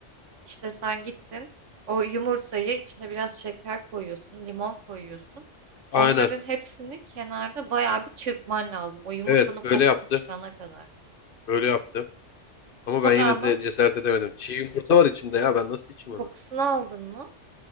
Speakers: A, on the right; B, on the left.
A: İşte sen gittin o yumurtayı içine biraz şeker koyuyorsun, limon koyuyorsun.
B: Aynen.
A: Onların hepsini kenarda bayağı bir çırpman lazım. O yumurtanın
B: Evet
A: kokusu
B: öyle yaptı.
A: çıkana kadar.
B: Öyle yaptı. Ama
A: Ona
B: ben yine
A: rağmen
B: de cesaret edemedim. Çiğ yumurta var içinde ya. Ben nasıl içeyim
A: kokusunu
B: onu?
A: aldın mı?